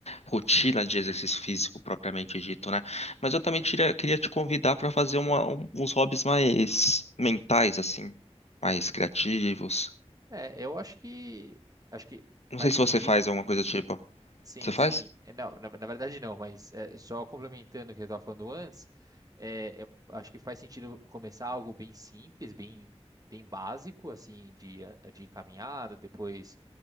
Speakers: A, on the left (about 75°); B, on the right (about 35°).
A: rotina de exercício físico propriamente dito, né? Mas eu também tira- queria te convidar para fazer uma- um- uns hobbies mais mentais, assim, mais criativos.
B: É, eu acho que acho que
A: Não
B: faz
A: sei se você
B: sentido.
A: faz alguma coisa do tipo.
B: Sim,
A: Você faz?
B: sim. É, Não, na, na verdade não, mas é, só complementando o que eu estava falando antes, é, é, acho que faz sentido começar algo bem simples, bem, bem básico, assim, de, a- de caminhada, depois